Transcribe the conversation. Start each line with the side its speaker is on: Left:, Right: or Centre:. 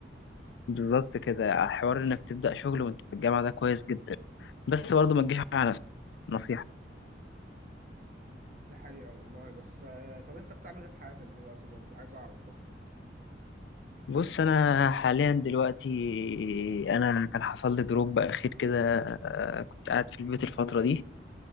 Left: بالظبط كده حوار انك تبدأ شغل وانت في الجامعة ده كويس جدا بس
Right: اه
Left: برضه ما تجيش على نفسك نصيحة
Right: دي حقيقه والله بس آه، طب انت بتعمل ايه في حياتك دلوقتي برضو عايز اعرف برضو
Left: بص انا حاليا دلوقتي انا كان حصل لي دروب اخير كده آه، كنت قاعد في البيت الفتره دي